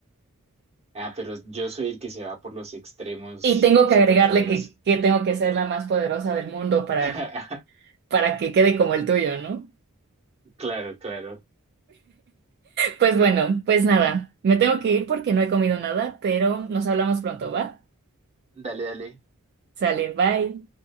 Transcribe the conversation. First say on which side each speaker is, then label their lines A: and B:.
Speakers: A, on the right (about 30°); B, on the right (about 45°).
A: Ah, pero yo soy el que se va por los extremos
B: Y tengo
A: superpoderosos.
B: que agregarle que, que tengo que ser la más poderosa del mundo para,
A: <laughs>
B: para que quede como el tuyo, ¿no?
A: Claro, claro.
B: Pues bueno, pues nada, me tengo que ir porque no he comido nada, pero nos hablamos pronto, ¿va?
A: Dale, dale.
B: Sale, bye.